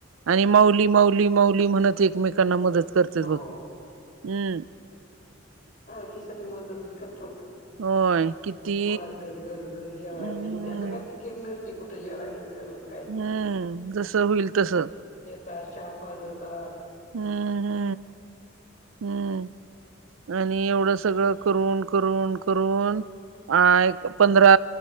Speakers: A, on the right; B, on the left.
A: आणि माऊली, माऊली, माऊली म्हणत एकमेकांना मदत करते.
B: हो
A: बघ हम्,
B: पालखी साठी मदतच करतात.
A: होय किती
B: वारकरी घरोघरी जेवायला
A: हम्म
B: नाही त्यांना, काय फिकिर नसते. कुठे जेवायला मिळवने
A: हम्म, जस होईल तस.
B: त्या चहा पाजवतात,
A: हम्, हम्म, आणि एवढं सगळं करून, करून, करून, अ, एक पंधरा